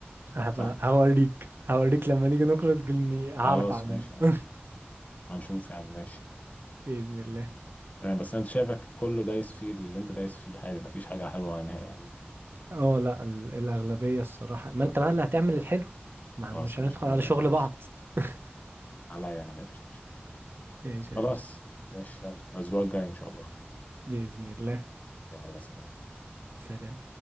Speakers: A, on the right; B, on the left.
A: هبقى
B: صح؟
A: هوريك هوريك لما نيجي نخرج اني هعرف
B: خلاص
A: اعمله
B: ماشي يعني.
A: <laughs>
B: هنشوف يا عم ماشي
A: بإذن الله
B: تمام بس انت شايفك كله دايس فيه اللي انت دايس فيه عادي مفيش حاجة حلوة نهائي يعني
A: اه لا ال- الأغلبية الصراحة ما انت بقى اللي هتعمل الحلو ما
B: خلاص
A: مش
B: ماشي
A: هندخل
B: مهمتها
A: على شغل
B: يا باشا
A: بعض <laughs>
B: عليا انا ماشي يا باشا
A: ماشي
B: خلاص
A: يا باشا
B: ماشي يلا الأسبوع الجاي إن شاء الله
A: بإذن الله
B: يلا سلام
A: سلام